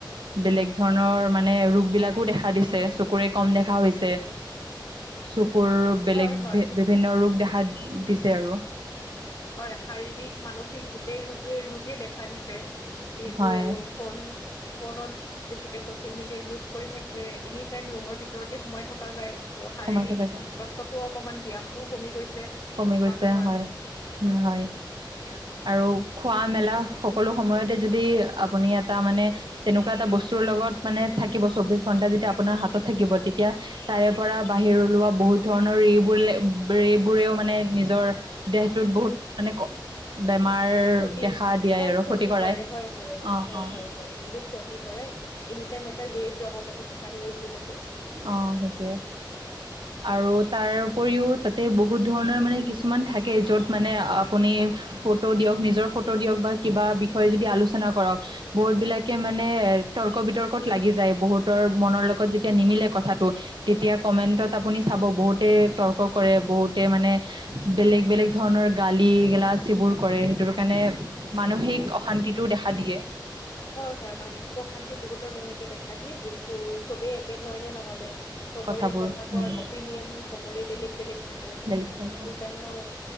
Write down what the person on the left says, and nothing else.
হয় হয়
হয় শাৰীৰিক মানসিক গোটেই ৰোগে ৰোগেই দেখা দিছে যিহেতু
ফোন ফোনত বেছিকে ছচিয়েল মিডিয়া ইউজ কৰি থাকিলে এনি টাইম ৰুমৰ ভিতৰতে সোমাই থকা যায়। ত' শাৰীৰিক
কষ্টতো অকনমান ব্যায়ামটোও কমি গৈছে।
মানুহৰ
ক্ষতি
হয়
কৰে হয় হয়
হয়
হয় হয় বহুত ক্ষ কি কৰে, এনি টাইম এটা ৰেল প্ৰভাৱতে থকা যিহেতু।
<inaudible>
হয়, হয়, মানসিক অশান্তি বহুতৰ তেনেকে দেখা দিয়ে, যিহেতু চবেই একে ধৰণে নাভাবে। চবৰে
কথা
কোৱাৰ অপিনিয়ন চবৰে বেলেগ, বেলেগ থাকে, ত'
সেইটোৰ কাৰণেও